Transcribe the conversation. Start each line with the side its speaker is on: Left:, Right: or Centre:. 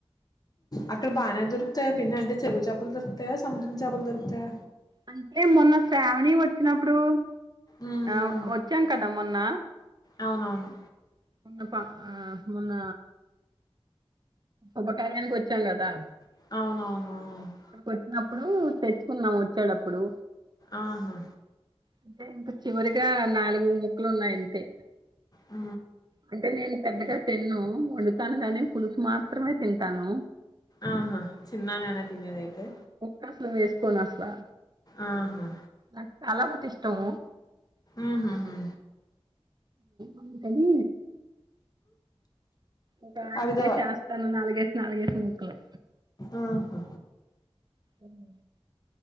Left: అక్కడ బానే దొరుకుతాయా పిన్ని అంటే చెరువు చెపలు దొరుకుతాయా సముద్రం చెపలు దొరుకుతాయ
Right: అంటే మొన్న శ్రావణి వచ్చినప్పుడు
Left: ఉమ్
Right: ఆ
Left: ఉమ్
Right: వచ్చాం కదా మొన్న
Left: అవునవును
Right: మొన్న పా ఆ మొన్న ఉపకార్యానికి వచ్చాం కదా
Left: అవునవును
Right: ఇక్కడికి వచ్చినప్పుడు తెచ్చుకున్నాం వచ్చేడప్పుడు
Left: ఆహ
Right: అంటే ఇంక చివరిగా నాలుగు ముక్కలు ఉన్నాయి అంతే
Left: ఆ
Right: అంటే నేను పెద్దగా తిన్ను వండుతాను గాని పులుసు మా త్రమే తింటాను
Left: ఆహ చిన్నానేన తిినేది ఐతే
Right: కసలు వేస్ కొన్ అసలా
Left: ఆహ
Right: నాకు తల బోతి ఇష్టము
Left: ఊహుహు
Right: అందుకని ఇక ఆయనకే
Left: అవిదో
Right: చేస్తాను నాలుగేసు నాలుగేసి ముొక్కలు
Left: ఆహ
Right: అవు